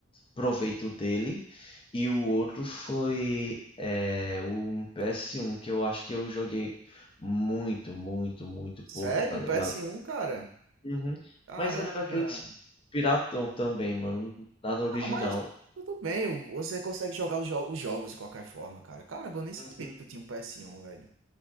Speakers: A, on the left; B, on the right.
A: proveito dele. E o outro foi é, um PS1 que eu acho que eu joguei muito, muito, muito pouco,
B: Sério,
A: tá
B: um
A: ligado?
B: PS1, cara?
A: Uhum.
B: Caramba.
A: Mas era daqueles piratão também, mano. Nada original.
B: Não, mas tudo bem, o- você consegue jogar os, jo- os jogos de qualquer forma, cara. Caramba, eu nem sabia
A: Uhum.
B: que tu tinha um PS1, velho.